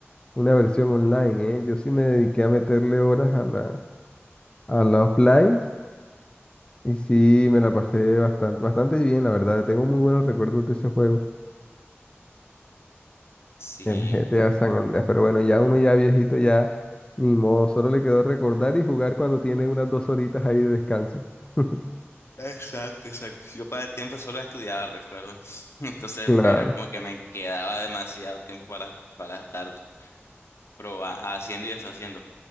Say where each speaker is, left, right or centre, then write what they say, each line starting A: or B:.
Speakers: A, on the left; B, on the left.
A: una versión online, ¿eh? Yo sí me dediqué a meterle horas a la, a la offline Y sí, me la pasé bastante, bastante bien, la verdad. Tengo muy buenos recuerdos de ese juego,
B: Sí,
A: el G T a <laughs> San Andreas. Pero bueno, ya uno ya viejito, ya ni modo, solo le quedó recordar y jugar cuando tiene unas dos horitas ahí de descanso. <laughs>
B: exacto, exacto. Yo para el tiempo solo estudiaba, recuerdo. <laughs> Entonces
A: Claro,
B: era como que me quedaba demasiado tiempo para, para estar proba- haciendo y deshaciendo.